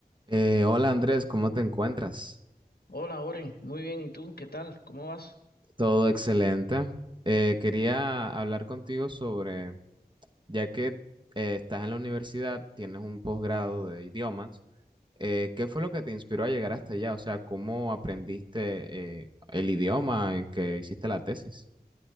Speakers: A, on the right; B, on the left.
A: Eh, hola Andrés, ¿cómo te encuentras?
B: Hola, Oren. Muy bien. ¿Y tú? ¿Qué tal? ¿Cómo vas?
A: Todo excelente. Eh, quería hablar contigo sobre, ya que eh, estás en la universidad, tienes un posgrado de idiomas, eh, ¿qué fue lo que te inspiró a llegar hasta allá? O sea, ¿cómo aprendiste eh, el idioma en que hiciste la tesis?